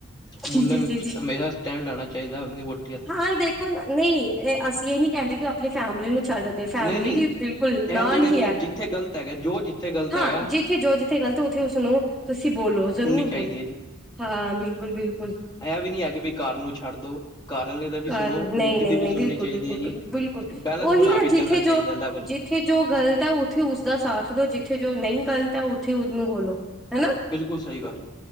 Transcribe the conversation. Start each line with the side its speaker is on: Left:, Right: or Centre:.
Left: ਮੁੰਡੇ
Centre: ਜੀ ਜੀ
Left: ਨੂੰ
Centre: ਜੀ ਜੀ
Left: ਹਮੇਸ਼ਾ ਸਟੈਂਡ ਲੈਣਾ ਚਾਈਦਾ, ਆਪਨੀ ਵਹੁਟੀ
Centre: ਹਾਂ ਦੇਖੋ ਨਈ, ਏਹ ਅਸੀਂ ਏਹ ਨੀਂ, ਕੈੰਦੇ ਕਿ ਓ ਆਪਣੀ ਫੈਮਿਲੀ ਨੂੰ ਛੱਡ ਦੇ, ਫੈਮਲੀ
Left: ਨਹੀਂ ਨਹੀਂ
Centre: ਵੀ ਬਿਲਕੁਲ ਨਾਲ
Left: ਇਹ ਜਿਹੜੇ ਮਤਲਬ
Centre: ਹੀ ਹੈ,
Left: ਜਿੱਥੇ ਗ਼ਲਤ ਹੈਗਾ ਜੋ ਜਿੱਥੇ ਗ਼ਲਤ
Centre: ਹਾਂ
Left: ਹੈਗਾ
Centre: ਜਿੱਥੇ ਜੋ। ਜਿੱਥੇ ਗ਼ਲਤ, ਉੱਥੇ ਉਸਨੂੰ ਤੁਸੀਂ ਬੋਲੋ, ਜ਼ਰੂਰ
Left: ਸੁਣਨੀ ਚਾਹੀਦੀ
Centre: ਬੋਲੋ, ਹਾਂ, ਬਿਲਕੁਲ -ਬਿਲਕੁਲ।
Left: ਐ ਵੀ ਨੀਂ ਹੈ, ਕਿ ਬਈ ਘਰ ਨੂੰ ਛੱਡ ਦੋ। ਘਰ ਆਲੇ ਦਾ ਵੀ
Centre: ਕਾਰਨ
Left: ਸੁਣੋ, ਵੋਟੀ
Centre: ਨਹੀਂ ਨਹੀਂ
Left: ਦੀ ਵੀ
Centre: ਨਹੀਂ
Left: ਸੁਣਨੀ
Centre: ਬਿਲਕੁਲ
Left: ਚਾਈਦੀ
Centre: ਬਿਲਕੁਲ
Left: ਹੈ ਜੀ,
Centre: ਬਿਲ ਬਿਲਕੁਲ
Left: ਬੈਲੈਂਸ
Centre: ਉਹੀ
Left: ਬਣਾ
Centre: ਨਾ
Left: ਕੇ
Centre: ਜਿੱਥੇ
Left: ਚੱਲਣਾ ਚਾਈਦਾ,
Centre: ਜੋ
Left: ਲੈਵਲ।
Centre: ਜਿੱਥੇ ਜੋ ਗਲਤ ਐ, ਉੱਥੇ ਉਸਦਾ ਸਾਥ ਦੋ, ਜਿੱਥੇ ਜੋ ਨਈ ਗ਼ਲਤ ਐ, ਉੱਥੇ ਉਸਨੂੰ ਬੋਲੋ, ਹੈਨਾ।
Left: ਬਿਲਕੁਲ, ਸਹੀ ਗੱਲ।